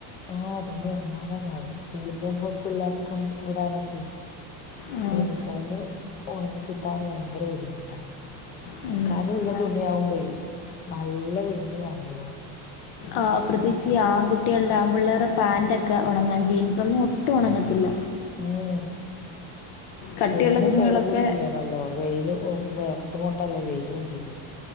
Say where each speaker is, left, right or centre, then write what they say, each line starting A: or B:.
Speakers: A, on the left; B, on the left.
A: ആഹ് അതന്നി ഉണങ്ങന പാട സ്കൂളിൽ പോകുമ്പോ പിള്ളേർക്ക വിടാനൊക്കെയ
B: ആ,
A: യൂണിഫോമ ഉണങ്ങി കിട്ടാൻ ഭയങ്കര ബുദ്ധിമുട്ടാണ്
B: അങ്ങനെ.
A: കനള്ള
B: ആ,
A: തുണിയ ആവുമ്പളേ നല്ല വെയില് വേണല്ലോ
B: ആ് പ്രത്യേകിച്ച് ആൺകുട്ടികളുടെ ആകുമ്പള്ളേരെ പാൻറ് ഒക്കെ ഉണങ്ങാൻ ജീൻസ ഒന്നും ഒട്ടും ഉണങ്ങത്തില്ല
A: ഉം
B: കട്ടിയുള്ള
A: എന്നും
B: തുണികളൊക്കെ
A: കഴുകുകയും ചെയ്യണല്ലോ വെയിലും വേയർത്തു കൊണ്ടല്ലേ വരയും ചെയ്യ